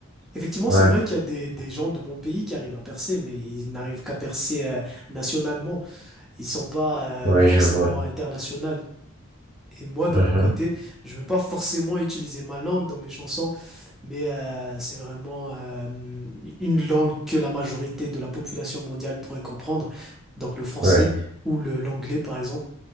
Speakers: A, in the centre; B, on the right.
A: Effectivement,
B: ouais,
A: c'est vrai qu'il y a des, des gens de mon pays qui arrivent à percer, mais ils n'arrivent qu'à percer euh, nationalement. Ils sont pas
B: oui,
A: euh, forcément
B: je vois.
A: internationaux. Et moi, de
B: Mhm,
A: mon côté, je ne veux pas forcément utiliser ma langue dans mes chansons, mais euh, c'est vraiment euh, une langue que la majorité de la population mondiale pourrait comprendre, donc le français
B: oui,
A: ou le l'anglais, par exemple.